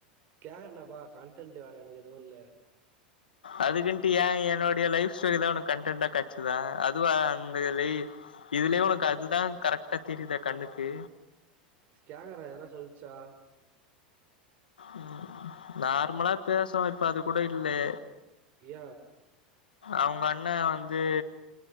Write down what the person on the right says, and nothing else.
கேக்குனாபா கண்டென்ட் வேற எனக்கு எதுவும் இல்ல
கேக்குறேன் என்னா சொல்லிச்சா
ஏ